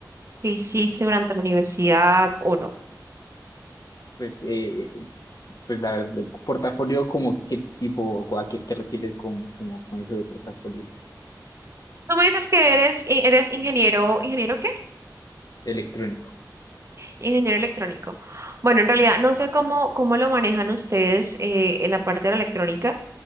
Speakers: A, on the right (about 40°); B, on the left (about 55°).
A: que hiciste durante la universidad o no?
B: pues, eh, pues la verdad, portafolio como qué tipo, o a qué te refieres con, como, con eso de portafolio
A: Tú me dices que eres, i- eres ingeniero, ¿ingeniero qué?
B: electrónico.
A: Ingeniero electrónico. Bueno, en realidad no sé cómo, cómo lo manejan ustedes eh, en la parte de la electrónica.